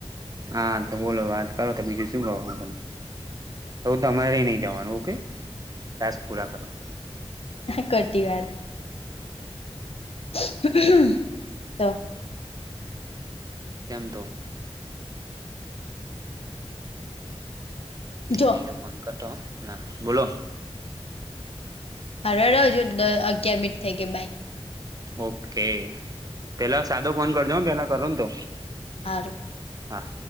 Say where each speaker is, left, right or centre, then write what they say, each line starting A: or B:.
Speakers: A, on the right; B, on the left.
A: હા, તો બોલો વાત કરો તો બીજું શું ક તમે, તો તમારે નહી જવાનું ઓકે ટાસ્ક પૂરા કરો <inaudible>
B: ખોટી વાત <inaudible> તો
A: કેમ તો.
B: જો
A: કયો ફોન કરતો ના બોલો
B: <inaudible> અગિયાર મિનિટ થઈ કે બાય
A: ઓકે પેલા સાદો ફોન કરજો પેલા કરું ને તો.
B: હારું
A: હા.